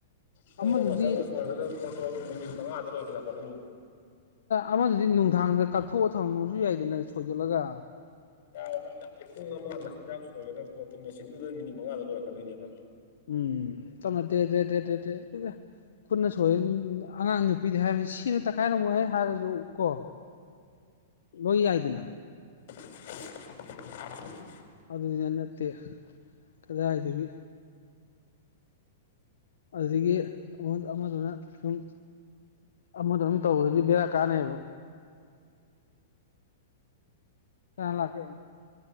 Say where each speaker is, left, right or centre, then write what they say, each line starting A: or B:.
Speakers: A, on the left; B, on the left.
A: ꯄꯨꯡ
B: ꯑꯃꯗꯨꯗꯤ
A: ꯑꯃ ꯆꯪꯉ ꯁꯣꯏꯒ ꯣ ꯃꯤꯅꯤꯠ ꯃꯉ ꯑꯒꯗ ꯑꯣꯏꯈꯂꯥꯛꯒꯗꯅꯤ
B: ꯑꯃꯗꯨꯗꯤ ꯅꯨꯡꯗꯥꯡꯗ ꯀꯛꯊꯣꯛꯑ ꯊꯝꯃꯁꯨ ꯌꯥꯏꯗꯅ ꯁꯣꯏꯗꯣꯛꯂꯒ
A: ꯌꯥꯔꯦ ꯚ ꯄꯨꯡ ꯑꯃ ꯃꯆꯤꯟꯖꯥꯛ ꯁꯣꯏꯒꯗꯕ ꯄꯣꯠꯇꯨ ꯃꯦꯆꯤꯟꯗꯨꯗ ꯃꯤꯅꯤꯠ ꯃꯉꯥꯗ ꯂꯣꯏꯔꯛꯀꯗꯣꯏꯅꯦꯕ
B: ꯎꯝ ꯃꯦꯗ꯭ꯔꯦꯗ꯭ꯔꯦꯗ꯭ꯔꯦꯇꯦꯗ ꯀꯟꯅ ꯁꯣꯏꯦ ꯑꯉꯥꯡ ꯅꯨꯄꯤꯗꯤ ꯍꯥꯏꯕꯅꯤ ꯁꯤꯅ ꯇꯛꯈꯥꯏꯔꯝꯃꯣꯏꯍꯦ ꯍꯥꯏꯔꯁꯨ ꯀꯣ ꯂꯣꯏ ꯌꯥꯏꯗꯅ
A: <inaudible>
B: ꯑꯗꯨꯅꯤꯅ ꯅꯠꯇꯦ ꯀꯗꯥꯏꯗꯒꯤ ꯑꯗꯨꯗꯒꯤ ꯑꯃ ꯑꯃꯗꯨꯅ ꯁꯨꯝ ꯑ ꯃꯗꯨ ꯑꯝ ꯇꯧ ꯑꯗꯨꯗꯤꯗꯦꯔ ꯀꯥꯅꯦꯕ ꯀ ꯂꯒꯦ